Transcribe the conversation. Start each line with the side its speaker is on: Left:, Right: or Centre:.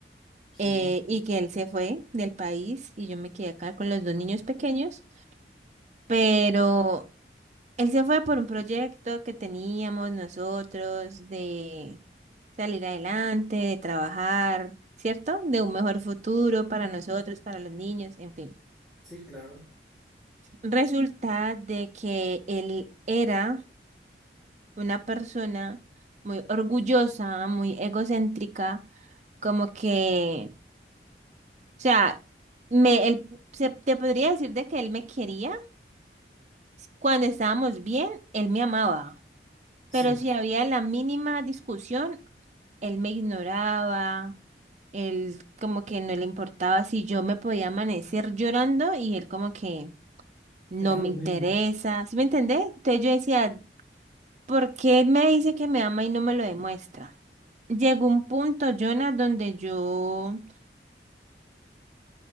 Centre: sí,
Right: eh, y que él se fue del país y yo me quedé acá con los dos niños pequeños, pero él se fue por un proyecto que teníamos nosotros de salir adelante, de trabajar, ¿cierto? De un mejor futuro para nosotros, para los niños, en fin.
Centre: sí, claro.
Right: Resulta de que él era una persona muy orgullosa, muy egocéntrica, como que O sea, me, él, se- te podría decir de que él me quería. Cuando estábamos bien, él me amaba.
Centre: Sí,
Right: Pero si había la mínima discusión, él me ignoraba. Él como que no le importaba si yo me podía amanecer llorando y él como que no
Centre: ya
Right: me
Centre: lo
Right: interesa.
Centre: mismo.
Right: ¿Sí me entendés? Entonces yo decía, ¿por qué me dice que me ama y no me lo demuestra? Llegó un punto, Jonah, donde yo